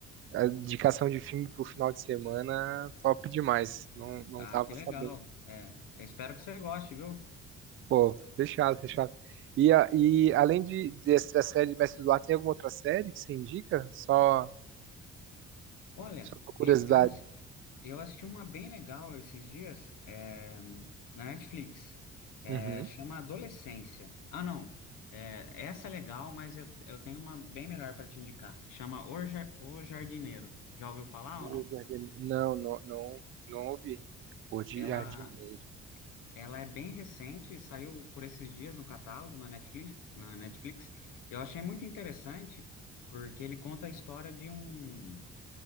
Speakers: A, on the right; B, on the left.
A: A indicação de filme pro final de semana, top demais. Não, não
B: Ah,
A: tava
B: que legal.
A: sabendo.
B: É, eu espero que você goste, viu?
A: Pô, fechado, fechado. E, a- e além de, dessa série de Mestres do Ar, tem alguma outra série que você indica? Só,
B: Olha,
A: só por curiosidade.
B: eu, eu, assi- eu assisti uma bem legal esses dias, é, na Netflix. É,
A: Uhum.
B: chama Adolescência. Ah, não. É, essa é legal, mas eu, eu tenho uma bem melhor para te indicar. Chama O, Jar- O Jardineiro. Já ouviu falar
A: O
B: ou não?
A: Jardim... Não, não, não, não ouvi. O de
B: Ela,
A: Jardineiro.
B: ela é bem recente, saiu por esses dias no catálogo na Netflix, na Netflix. Eu achei muito interessante, porque ele conta a história de um.